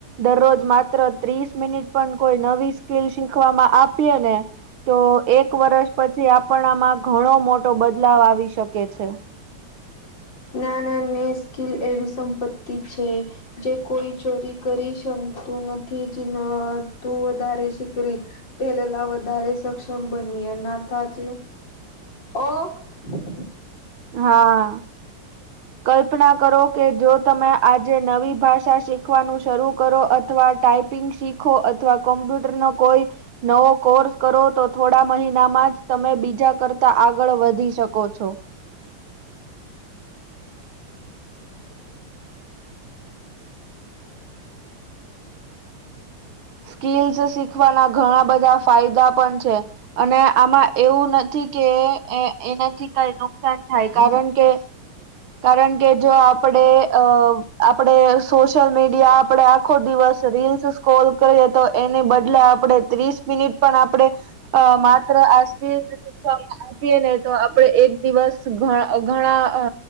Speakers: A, on the right (about 70°); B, on the left (about 55°).
A: દરરોજ માત્ર ત્રીસ મિનિટ પણ કોઈ નવી સ્કીિલ શીખવામાં આપીએે ને તો એક વર્ષ પછી આપણા આમાં ઘણો મોટો બદલાવ આવી શકે છે.
B: નાના ને સ્કીલ એવી સંપત્તિ છે જે કોઈ ચોરી કરી શકતું નથી જ તું વધારે સીકરી લલા વધારે સક્ષમ બનીએ નાથાચ અ <unintelligible> <unintelligible>
A: હા. કલ્પના કરો કે જો તમે આજે નવી ભાષા શીખવાનું શરૂ કરો અથવા ટાઈઇપિંગ શીખો અથવા કોમ્પ્યુટર નો કોઈ નવો કોર્સ કરો તો થોડા મહિનામાં જ તમે બીજા કરતા આગળ વધી શકો છો. સ્કીલ્સ જે શીખવાના ઘણા બધા ફાયદા પણ છે. અને આમાં એવું નથી કે એ એનાથી કઈ નુકસાન થાય કારણ કે કારણ કે જો આપડે અ આપડે સોશિયલ મીડિયા આપડે આખો દિવસ રીલ્સ કોલ કરીએ તો એની બદલે આપણે ત્રીસ મિનિટ પણ આપણેે અ માત્ર આજ થી જ આપીએ ને તો આપડે એક દિવસ ગણા ગણા